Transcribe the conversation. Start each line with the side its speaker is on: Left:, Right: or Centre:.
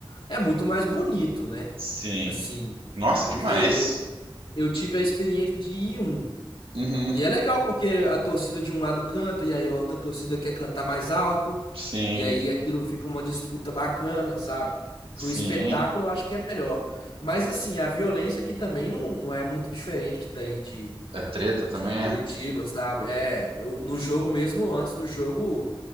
Left: é muito mais bonito, né?
Right: Sim.
Left: Assim,
Right: Nossa,
Left: porque
Right: demais.
Left: eu, eu tive a experiência de ir em um.
Right: Uhum.
Left: E é legal porque a torcida de um lado canta e aí a outra torcida quer cantar mais alto,
Right: Sim,
Left: e aí aquilo fica uma disputa bacana, sabe?
Right: sim.
Left: Pro espetáculo eu acho que é melhor. Mas assim, a violência aqui também não, não é muito diferente daí de,
Right: É treta também?
Left: de Curitiba,
Right: É,
Left: sabe? É, eu- no jogo mesmo, antes do jogo,